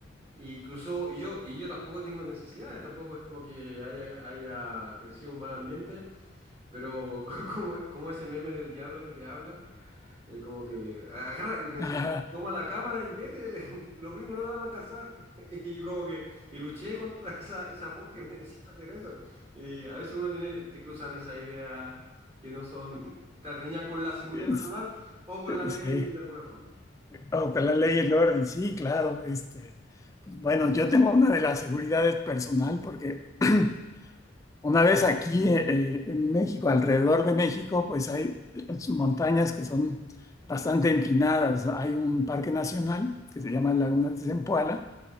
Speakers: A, on the right; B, on the left.
A: y cruzó, y yo, y yo tampoco tengo necesidades, tampoco es como que haya, haya crecido un mal ambiente, pero <laughs> como, como ese meme del diablo que te habla, eh, como que agarra y me decía,
B: Ajá.
A: toma la cámara y vete, <laughs> los gringos no te van a alcanzar. <laughs> Y como que, y luché contra <laughs> esa, esa voz que me decía hacer eso. Y a veces uno tiene, te cruzan esa idea que no son <laughs> tan riñas con la seguridad
B: Es-
A: personal o con
B: eh,
A: la ley
B: Sí,
A: de alguna forma.
B: bajo la ley y el orden, sí, claro. Este, pues, bueno, yo tengo una de las seguridades personal porque <clears throat> una vez aquí eh, eh, en México, alrededor de México, pues hay las montañas que son bastante empinadas. Hay un parque nacional que se llama Lagunas de Zempoala